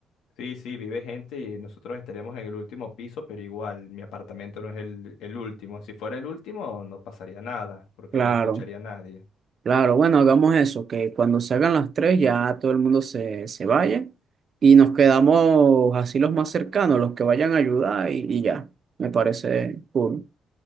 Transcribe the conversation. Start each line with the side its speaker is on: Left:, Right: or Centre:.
Left: Sí, sí, vive gente y nosotros estaríamos en el último piso, pero igual mi apartamento no es el, el último. Si fuera el último, no pasaría nada, porque
Right: Claro,
Left: no escucharía a nadie.
Right: claro, bueno, hagamos eso, que cuando se hagan las tres ya todo el mundo se, se vaya y nos quedamos así los más cercanos, los que vayan a ayudar y, y ya, me parece cool.